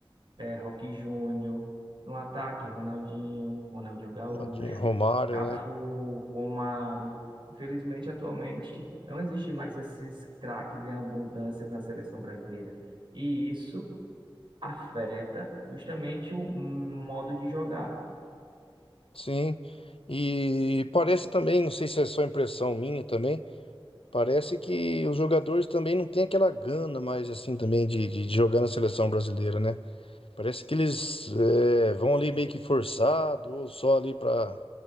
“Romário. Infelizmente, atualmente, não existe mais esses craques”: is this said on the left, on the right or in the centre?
Right